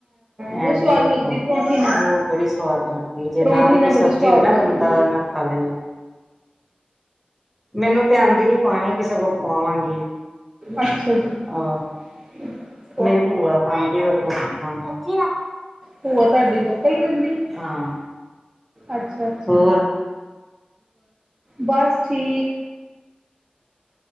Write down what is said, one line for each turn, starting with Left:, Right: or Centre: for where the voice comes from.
Right: ਓਹ
Centre: ਐਰਕੀ
Right: ਵੀ ਸਵਾਦ
Centre: ਉਹ
Right: ਲੱਗਦੀ
Centre: ਪਵਾਵਾਂਗੇ।
Right: ਏ ਪਰੌਂਠੀ ਨਾਲ,
Centre: ਉਹ ਬੜੀ ਸਵਾਦ ਲੱਗਦੀ ਹੈ ਜੇ
Right: ਪਰੌਂਠੀ
Centre: ਨਾ ਵੀ ਕੋਈ
Right: ਨਾਲ
Centre: ਸਬਜ਼ੀ
Right: ਬੜੀ ਸਵਾਦ
Centre: ਹੋਏ ਨਾ
Right: ਲਗਦੀ
Centre: ਬੰਦਾ
Right: ਏ।
Centre: ਉਹਦੇ ਨਾਲ ਖਾ ਲੈਂਦਾ। ਮੈਨੂੰ ਤੇ ਆਂਦੀ ਨੀ ਪਾਣੀ ਕਿਸੇ ਕੋ ਪਾਵਾਵਾਂਗੀ।
Right: ਅੱਛਾ ਜੀ।
Centre: ਆ
Right: <inaudible>
Centre: ਮੇਰੀ ਭੂਆ ਪਾਂਦੀ ਓਹਦੇ ਕੋਲ ਪਵਾਵਾਂਗੀ।
Right: ਭੂਆ ਤਾਡੀ ਲੋਕਲ ਰੈੰਦੀ?
Centre: ਹਾਂ
Right: ਅੱਛਾ ਅੱਛਾ।
Centre: ਹੋਰ
Right: ਬਸ ਠੀਕ।